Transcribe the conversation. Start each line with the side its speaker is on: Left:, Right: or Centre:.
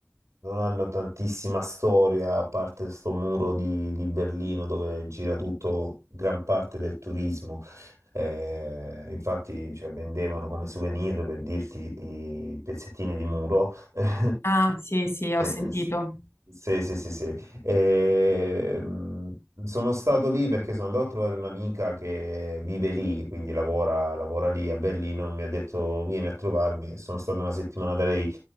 Right: non hanno tantissima storia, a parte sto muro di, di Berlino dove gira tutto, gran parte del turismo. Eh, infatti, cioè, vendevano come souvenir per dirti i pezzettini di muro. <laughs>
Left: Ah, sì, sì, ho
Right: Eh,
Left: sentito.
Right: s- sì, sì, sì, sì. E, mh, sono stato lì perché sono andato a trovare un'amica che vive lì, quindi lavora, lavora lì a Berlino, e mi ha detto vieni a trovarmi, sono stato una settimana da lei.